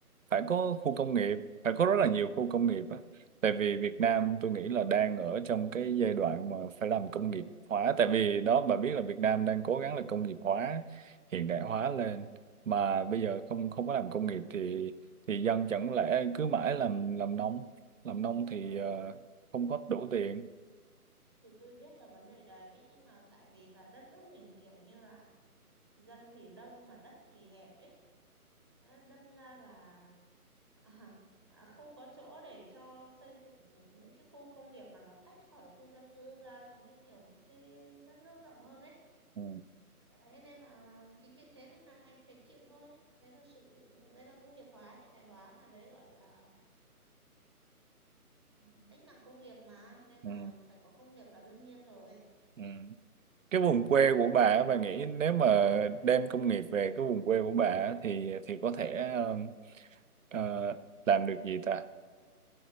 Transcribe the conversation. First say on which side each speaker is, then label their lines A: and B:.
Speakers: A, on the right (about 60°); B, on the right (about 15°).
A: phải có khu
B: ừ,
A: công nghiệp phải có rất là nhiều khu công nghiệp á tại vì Việt Nam tôi nghĩ là đang ở trong cái giai đoạn mà phải làm công nghiệp hóa tại vì đó bà biết là Việt Nam đang cố gắng là công nghiệp hóa hiện đại hóa lên mà bây giờ không không có làm công nghiệp thì thì dân chẳng lẽ cứ mãi làm làm nông làm nông thì
B: Ờ,
A: ờ,
B: thì
A: không có đủ tiền
B: thì tôi biết là vấn đề đấy nhưng mà tại vì là đất nước mình kiểu như là dân thì đông mà đất thì hẹp ấy Đấy, đâm ra là <laughs> à, à, không có chỗ để cho xây dựng những cái khu công nghiệp mà nó tách khỏi khu dân cư ra giống như kiểu những cái đất nước rộng hơn ấy
A: ừ.
B: đấy nên là chính vì thế nên là đành phải chịu thôi đấy là sự đây là công nghiệp hóa hiện đại hóa mà đấy gọi là ừ, cách mạng công nghiệp mà nên
A: Ừ.
B: là phải có công nghiệp là đương nhiên rồi
A: Ừ. cái vùng quê của bà á, bà nghĩ nếu mà đem công nghiệp về cái vùng quê của bà á, thì thì có thể ờ, Ờ, làm được gì ta?